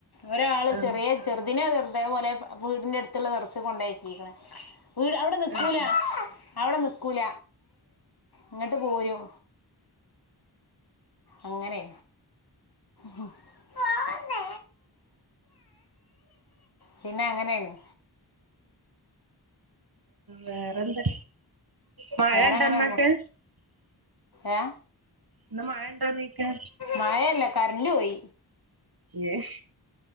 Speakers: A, on the left (about 60°); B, on the right (about 60°).
A: ഒരാള്
B: ആഹ്
A: ചെറിയ ചെറുദിനെ ചെറുതേ പോലെ വീടിന്റെ അടുത്തുള്ള <unintelligible> ച്ച് കൊണ്ടക്കിക്ക്ണ് അവിടെ നിക്കൂലാ
B: ആഹ്
A: അവിടെ നിക്കൂല ഇങ്ങട്ട് പോരും. അങ്ങനെ ഹ് ഹ് പിന്നെ അങ്ങനെന്നെ
B: വേറെന്താ മഴ
A: വേറെങ്ങനെ
B: ഉണ്ടൊന്നട്ട്?
A: ഏ
B: ഇന്ന് മഴണ്ടോ ചോയ്ക്കാ
A: മഴയല്ലെ കറന്റ പോയി.
B: ഏഹ്